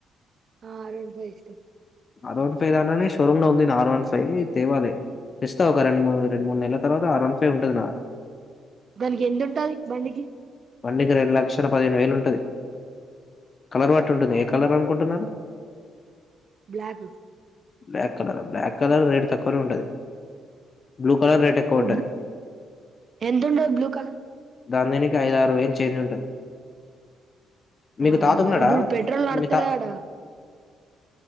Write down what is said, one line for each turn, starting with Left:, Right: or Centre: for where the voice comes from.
Right: ఆ ఆర్ వన్ ఫైవ్ ఇష్టం
Left: ఆర్ వన్ ఫైవ్ దాదనే షోరూమ్ లో ఉంది ఆర్ వన్ ఫైవ్ తేవాలి తెస్తా ఒక రెండు మూ రెండు మూడు నెలల తర్వాత అర్ వన్ ఫైవ్ ఉంటది నా దగ్గర
Right: దానికి ఎందు ఉంటది బండికి
Left: బండికి రెండులక్షల పదిహేను వేలు ఉంటుది కలర్ పట్టి ఉంటుంది ఏ కలర్ అనుకుంటున్నారు
Right: black
Left: black colour black colour red తక్కువనే ఉండది బ్లూ కలర్ రేట్ ఎక్కువ ఉంటది.
Right: బ్ ఎంతుంటది బ్లూ కలర్
Left: దాని దీనికి అయిదారు వేలు చేంజ్ ఉంటది మీకు
Right: ఆహా
Left: తాతున్నాడా
Right: ఇప్పుడు పెట్రోల్ నడతలేదట
Left: మీ తా